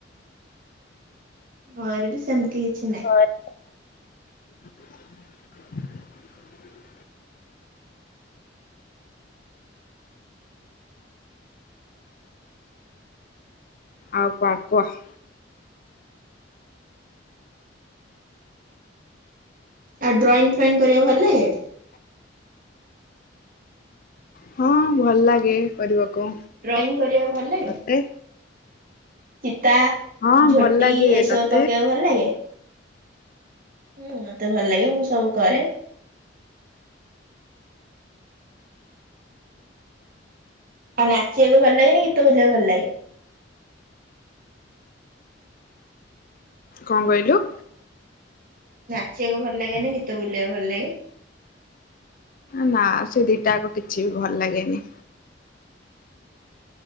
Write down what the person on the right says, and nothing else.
ମୋରବି ସେମିତି କିଛି ନାଇଁ।
ଆଉ ଡ୍ରଇଙ୍ଗ୍ ଫ୍ରଇଙ୍ଗ୍ କରିବାକୁ ଭଲ୍ ଲାଗେ?
ଡ୍ରଇଂ କରିବାକୁ ଭଲ ଲାଗେ?
ଚିତା
ଝୋଟି
ଏସବୁ
ପକେଇବାକୁ ଭଲ ଲାଗେ? ହୁଁ ମତେ ଭଲ ଲାଗେ ମୁଁ ସବୁ କରେ। ଆଉ ନାଚିବାକୁ ଭଲ ଲାଗେନି ଗୀତ ବୋଲିବାକୁ ଭଲ ଲାଗେ?
ନାଚିବାକୁ ଭଲ ଲାଗେ ନି ଗୀତ ବୋଲିବାକୁ ଭଲ ଲାଗେ।